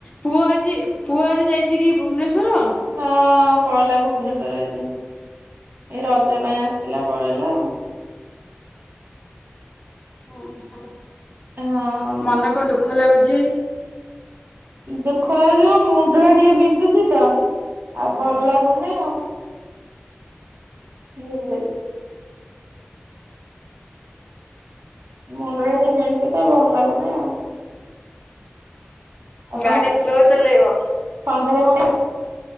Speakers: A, on the left (about 25°); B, on the right (about 60°).
A: ପୁଅ ଆଜି ପୁଅ ଆଜି ଯାଇଛି କି ଭୁବନେଶ୍ଵର?
B: ହଁ ପଳେଇଲା ଭୁବନେଶ୍ଵର ଆଜି ଏ ରଜ ପାଇଁ ଆସିଥିଲା ପଳେଇଲା ଆଉ।
A: ହଁ ହଁ
B: ହଁ
A: ମନ କଣ ଦୁଃଖ ଲାଗୁଛି?
B: ଦୁଃଖ ଲାଗୁଛି ମୁଣ୍ଡ ଟା ଟିକେ ବିନ୍ଧୁଛି ତ ଆଉ ଭଲ ଲାଗୁନି ଆଉ। କେମିଦି। ମୁଣ୍ଡଟା ଟିକେ ଵିନ୍ଧୁଛି ତ ଭଲ ଲାଗୁନି ଆଉ। ଆଉ
A: ଗାଡି
B: ତମେ
A: ସ୍ଲୋ ଚଲେଇବ।
B: ସନ୍ଧ୍ୟାରେ